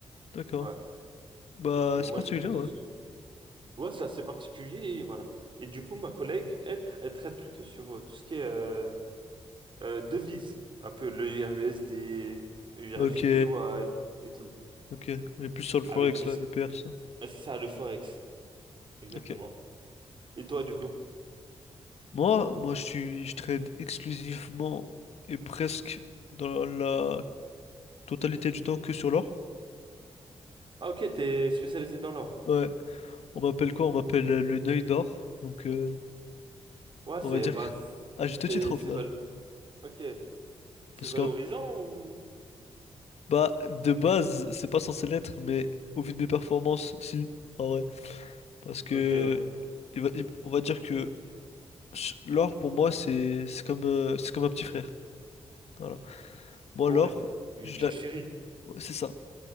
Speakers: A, on the left; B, on the right.
A: D'accord.
B: Ouais,
A: Bah,
B: C'est-
A: c'est
B: moi,
A: particulier,
B: je traite
A: ouais.
B: dessus. Ouais, c'est assez particulier, et voilà. Et du coup, ma collègue, elle, elle traite plutôt sur euh, tout ce qui est euh, euh, devises, un peu le URUSD, URGPY
A: Ok.
B: et tout.
A: Ok. On est plus sur le Forex,
B: Avec tout
A: là,
B: ce...
A: les PR, ça.
B: Ouais, c'est ça, le Forex, exactement.
A: Ok.
B: Et toi, du coup?
A: Moi, moi, je suis... Je trade exclusivement et presque dans la totalité du temps que sur l'or.
B: Ah, ok, t'es spécialisé dans l'or.
A: Ouais. On m'appelle quoi? On m'appelle euh, le Neuil d'or. Donc, euh,
B: Ouais, c'est...
A: on va dire
B: Bah,
A: que- à juste
B: c'est...
A: titre au
B: c'est
A: final.
B: val... Ok. C'est
A: Parce
B: valorisant
A: que,
B: ou...
A: bah, de base, c'est pas censé l'être, mais au vu de mes performances, si, en vrai. Parce que,
B: Ok, ouais.
A: il va- il- on va dire que ch- l'or pour moi, c'est c'est comme, euh, c'est comme un petit frère. Voilà. Moi,
B: Ouais.
A: l'or,
B: Tu,
A: je
B: tu
A: la-
B: chéris.
A: ouais, c'est ça.